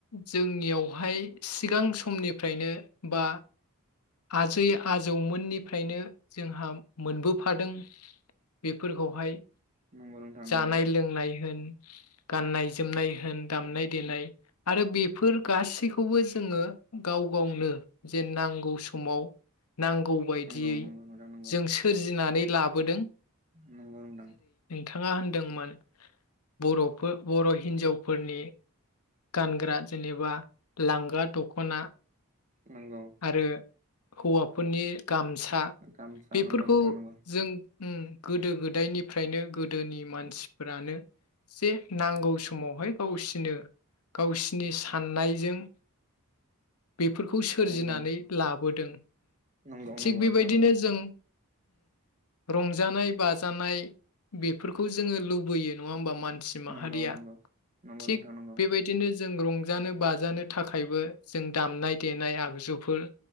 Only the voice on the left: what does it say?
जोंनियावहाय सिगां समनिफ्रायनो बा आजै आजौमोननिफ्रायनो जोंहा मोनबोफादों बेफोरखौहाय
जानाय लोंनाय होन
गाननाय जोमनाय होन दामनाय देनाय आरो बेफोर गासैखौबो जोङो गाव वनो जे नांगौ स समाव नांगौबायदियै
जों सोरजिनानै लाबोदों
थाङा होनदोंमोन बर'फो बर' हिनजाव फोरनि गानग्रा जेनेबा लांगा दखना।
आरो हौवाफोरनि गामसा
बेफोरखौ
जों गोदो गोदायनिफ्रायनो गोदोनि मानसि फोरानो जे नांगौ समावहाय गावसिनो गावसिनि साननायजों।
बेफोरखौ सोरजिनानै
लाबोदों
थिग
बेबायदिनो
जों। रंजानाय बाजानाय बेफोरखौ जोङो लुबैयो नङा होमबा मानो। मानसि माहारिया
थिख
बेबायदिनो। जों रंजानो बाजानो थाखायबो जों दामनाय देनाय आगजुफोर